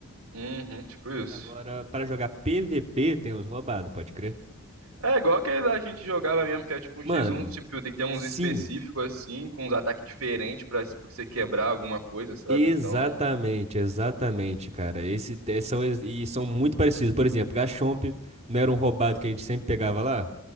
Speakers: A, on the right (about 70°); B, on the right (about 30°).
A: Uhum, tipo isso.
B: Mas agora, pra jogar PVP, tem os roubados, pode crer.
A: É igual aquele lá que a gente jogava mesmo, que é tipo um
B: Mano,
A: X1, tipo, tem que ter uns
B: sim,
A: específicos assim, com uns ataques diferentes pra se- pra você quebrar alguma coisa, sabe?
B: exatamente,
A: Então.
B: exatamente, cara. Esse, te- são, ex- e são muito parecidos. Por exemplo, Gachomp não era um roubado que a gente sempre pegava lá?